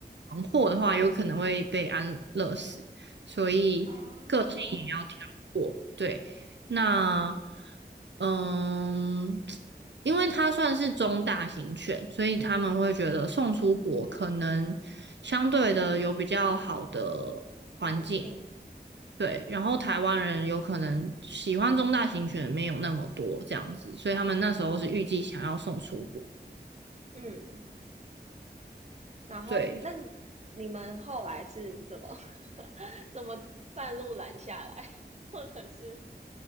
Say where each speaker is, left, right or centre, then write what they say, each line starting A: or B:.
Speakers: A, on the right (about 85°); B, on the right (about 40°).
A: 闯祸的话，有可能会被安乐死，所以个性也要挑过。
B: 哦，
A: 对，那嗯。因为它算是中大型犬，所以他们会觉得送出国可能相对的有比较好的环境，
B: 环境，
A: 对。然后台湾人有可能喜欢中大型犬没有那么多这样子，所以他们那时候是预计想要送出国。
B: 嗯，然后那
A: 对，
B: 你们后来是怎么 <laughs> 怎么半路拦下来，<laughs> 或者是